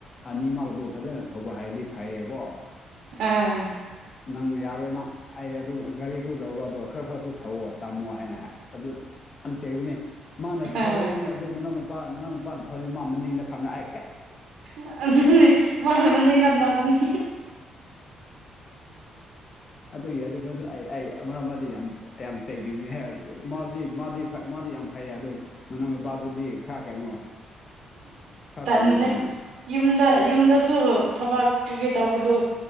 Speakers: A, on the left; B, on the right.
A: ꯑꯅꯤꯃꯛꯛꯇꯣ ꯐꯖꯅ ꯊꯧꯕ ꯍꯩꯔꯗꯤ ꯐꯩꯌꯦꯀꯣ
B: ꯑꯥ
A: ꯅꯪ ꯌꯥꯔꯣꯏꯅ ꯑꯩ ꯑꯗꯨ ꯒꯥꯔꯤꯁꯨ ꯂꯧꯔꯣ ꯑꯗꯨꯒ ꯈꯔ ꯈꯔꯁꯨ ꯊꯧꯑꯣ ꯇꯝꯃꯣ ꯍꯥꯏꯅ ꯍꯥꯏ ꯑꯗꯨꯁꯨ ꯌꯥꯝ ꯆꯩꯕꯅꯦ ꯃꯥꯅ ꯊꯧꯔꯅꯤ
B: ꯑꯥ
A: ꯑꯗꯣ ꯃꯅꯥꯎ ꯅꯨꯄꯥ ꯃꯅꯥꯎ ꯅꯨꯄꯥꯅ ꯊꯧꯔꯅꯤ ꯃꯥ ꯃꯅꯤꯡꯗ ꯐꯝꯔꯥꯏꯠ
B: ꯅꯦ <unintelligible> ꯃꯥꯟꯅꯕꯅꯤꯅ ꯅꯣꯛꯀꯅꯤ
A: ꯑꯗꯨꯒꯤ ꯑꯗꯨꯅꯁꯨ ꯑꯩ ꯑꯩ ꯑꯃ ꯑꯃꯗ ꯌꯥꯝ ꯌꯥꯝ ꯆꯩꯕꯤꯕꯅꯤꯍꯦ ꯗꯤ ꯃꯥꯗꯤ ꯐꯩ ꯃꯥꯗꯤ ꯌꯥꯝ ꯐꯩꯌꯦ ꯑꯗꯨ ꯃꯅꯥꯎꯅꯨꯄꯥꯗꯨꯗꯤ ꯈꯔ ꯀꯩꯅꯣ ꯈꯔ
B: ꯇꯟꯕꯅꯦ
A: ꯀꯩꯅꯣ ꯇꯧꯋꯦꯅ
B: ꯌꯨꯝꯗ ꯌꯨꯝꯗꯁꯨ ꯊꯕꯛ ꯀꯩ ꯀꯩ ꯇꯧꯕꯗꯨ꯫